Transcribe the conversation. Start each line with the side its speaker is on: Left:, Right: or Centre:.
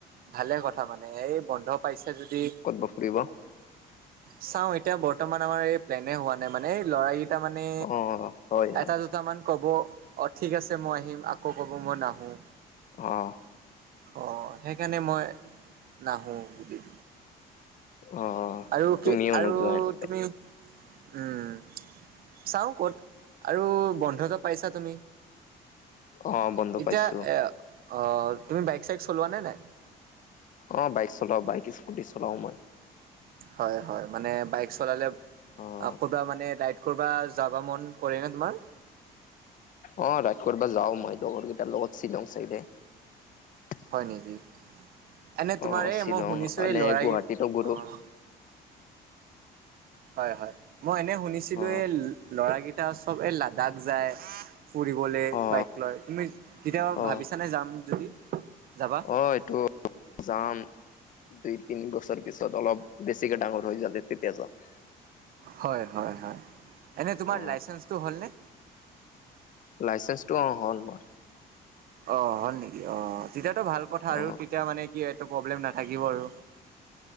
Right: ভালে কথা। মানে এই বন্ধ পাইছে যদি
Left: ক'ত বা ফুৰিব?
Right: চাওঁ, এতিয়া বৰ্তমান আমাৰ এই প্লেনে হোৱা নাই। মানে এই ল'ৰা তাৰ মানে
Left: অ' হয় হয়।
Right: এটা দুটামান ক'ব অ' ঠিক আছে মই আহিম, আকৌ ক'ব মই নাহো।
Left: অ'।
Right: অ', সেইকাৰণে মই নাহো, যদি
Left: অ'।
Right: আৰু
Left: তুমিও
Right: কি? আৰু
Left: নোযোৱা এনেকে?
Right: তুমি, উম। চাওঁ ক'ত? আৰু বন্ধতো পাইছা তুমি।
Left: অ' বন্ধ
Right: এতিয়া
Left: পাইছো।
Right: এ, আহ, তুমি বাইক চাইক চলোৱা নে নাই?
Left: অ', বাইক চলাও, বাইক স্কুটি চলাও মই।
Right: হয় হয়, মানে বাইক চলালে,
Left: অ'
Right: ক'ৰবাত মানে ৰাইড কৰ'বাত যাবা মন কৰেনে তোমাৰ?
Left: অ', ৰাইড কৰিব যাও মই, লগৰ কেইটাৰ লগত শ্বিলং চাইডে। অ',
Right: হয় নেকি এনে তোমাৰ এই
Left: শ্বিলং
Right: মই শুনিছো
Left: অ'
Right: ল'ৰা
Left: এই গুৱাহাটীটো ঘুৰো।
Right: অ হয় হয়, মই এনে শুনিছিলো,
Left: অ
Right: এই ল'ৰাৰাকেইটা চব এই লাডাখ যায়। ফুৰিবলৈ
Left: অ
Right: বাইক লৈ, তুমি কেতিয়াবা
Left: অ
Right: ভাবিছানে যাম যদি, যাবা
Left: হয় <unintelligible> তো যাম। দুই তিনি বছৰ পিছত, অলপ বেছিকে ডাঙৰ হৈ যালে তেতিয়া যাম।
Right: হয়, হয়, হয়, এনে তোমাৰ
Left: অ
Right: লাইচেঞ্চটো হলনে?
Left: লাইচেন্ঞ্চটো অ', হ'ল মোৰ।
Right: অ', হ'ল নেকি অ'? তেতিয়াাতটো ভাল কথা
Left: অ
Right: আৰু, তেতিয়া মানে কি, এইটো প্ৰব্লেম নাথাকিব আৰু।